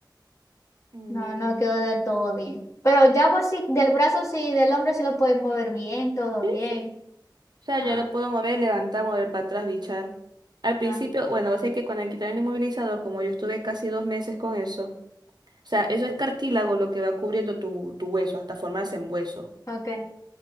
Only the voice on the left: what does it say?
No, no quedó del todo bien. Pero ya por si del brazo sí, del hombro sí lo puedes mover bien, todo
bien.
Ah,
ah,
ok.